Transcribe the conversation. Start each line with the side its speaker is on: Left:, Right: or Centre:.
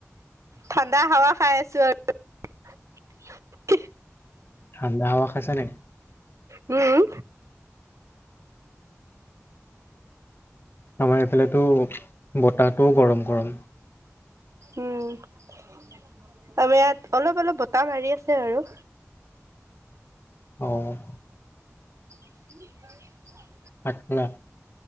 Right: ঠাণ্ডা হাৱা খাই আছো আৰু। <inaudible>
Left: ঠাণ্ডা হাৱা খাইছা নেকি?
Right: উম।
Left: আমাৰ এইফালো বতাহটোও গৰম গৰম।
Right: উম, আমাৰ ইয়াত অলপ অলপ বতাহ মাৰি আছে আৰু।
Left: অ'।
Right: <inaudible>
Left: ভাত খালা?